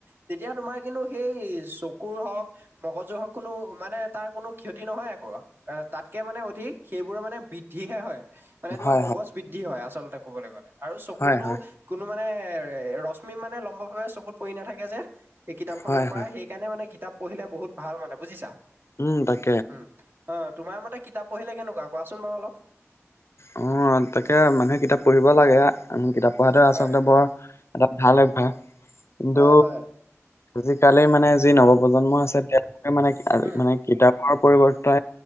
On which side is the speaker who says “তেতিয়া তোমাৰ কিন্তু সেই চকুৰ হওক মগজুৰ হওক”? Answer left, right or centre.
Right